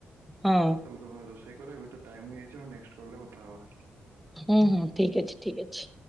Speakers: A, in the centre; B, on the right (about 80°).
A: ହଁ
B: ଯାଅ ତମେ ତମର ରୋଷେଇ କର ଏବେତ ଟାଇମ୍ ହେଇଯାଇଚି ଆଉ ନେକ୍ସଟ୍ କଲ୍ ରେ କଥା ହବା।
A: ହୁଁ -ହୁଁ ଠିକ୍ ଅଛି- ଠିକ୍ ଅଛି।